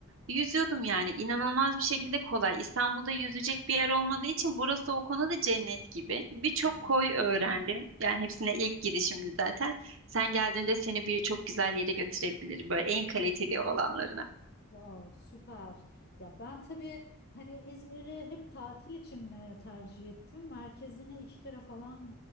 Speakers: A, on the right; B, on the left.
A: Yüzüyordum yani inanılmaz bir şekilde kolay. İstanbul'da yüzecek bir yer olmadığı için burası o konuda cennet gibi. Birçok
B: Hmm.
A: koy öğrendim. Yani hepsine ilk gidişimdi zaten. Sen geldiğinde seni birçok güzel yere götürebilir. Böyle en kaliteli olanlarına.
B: Wow, süper. Ya ben tabii hani İzmir'i hep tatil için e, tercih ettim. Merkezini iki kere falan